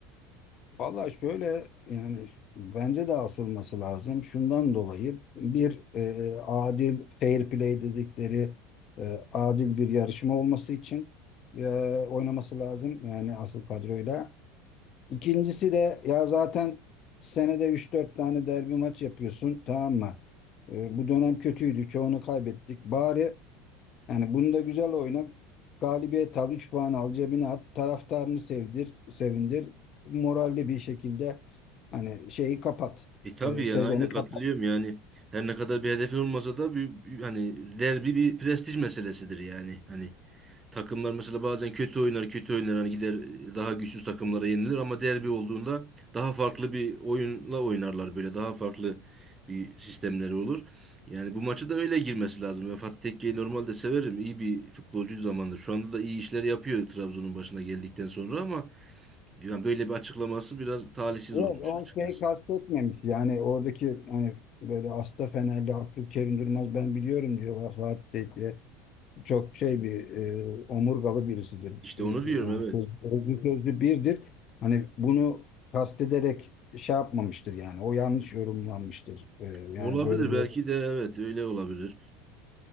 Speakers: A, on the left (about 45°); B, on the right (about 25°).
A: Valla şöyle yani bence de asılması lazım. Şundan dolayı bir e, adil fair play dedikleri e, adil bir yarışma olması için e, oynaması lazım. Yani asıl kadroyla. İkincisi de ya zaten senede üç dört tane derbi maç yapıyorsun tamam mı? E, bu dönem kötüydü çoğunu kaybettik. Bari yani bunda güzel oyna. Galibiyet al, 3 puan al, cebine at, taraftarını sevdir, sevindir. Moralli bir şekilde hani şeyi kapat.
B: E tabii
A: e, sezonu
B: yani aynen katılıyorum
A: kapat.
B: yani. Her ne kadar bir hedefin olmasa da bir, bir- hani derbi bir prestij meselesidir yani. Hani Takımlar mesela bazen kötü oynar, kötü oynar. Hani gider daha güçsüz takımlara yenilir ama derbi olduğunda daha farklı bir oyunla oynarlar böyle. Daha farklı bir sistemleri olur. Yani bu maçı da öyle girmesi lazım. Ben Fatih Tekke'yi normalde severim. İyi bir futbolcu zamanında. Şu anda da iyi işler yapıyor Trabzon'un başına geldikten sonra ama yani böyle bir açıklaması biraz talihsiz
A: Yok,
B: olmuş
A: o
B: açıkçası.
A: şey kastetmemiş. Yani oradaki hani böyle Asta Fenerli Abdülkerim Durmaz ben biliyorum diyor Fatih Bey diye. Çok şey bir e, omurgalı birisidir.
B: İşte
A: E,
B: onu diyorum
A: Yani
B: evet.
A: söz- sözlü sözlü birdir. Hani bunu kastederek şey yapmamıştır yani. O yanlış yorumlanmıştır. E, yani
B: Olabilir
A: böyle bir
B: belki de evet öyle olabilir.